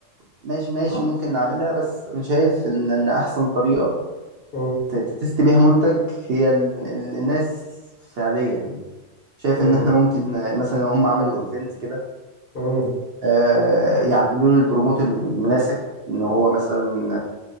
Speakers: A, on the right; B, on the left.
A: ماشي ماشي
B: صح
A: ممكن نعملها بس انا شايف ان ان احسن طريقة
B: مم،
A: ت- تتست بيها منتج هي ال... ال... الناس فعليا يعني شايف
B: مم،
A: ان احنا ممكن آه، مثلا لو هم عملوا ايفنت كده
B: مم،
A: آه، يعملوا له البروموت المناسب ان هو مثلا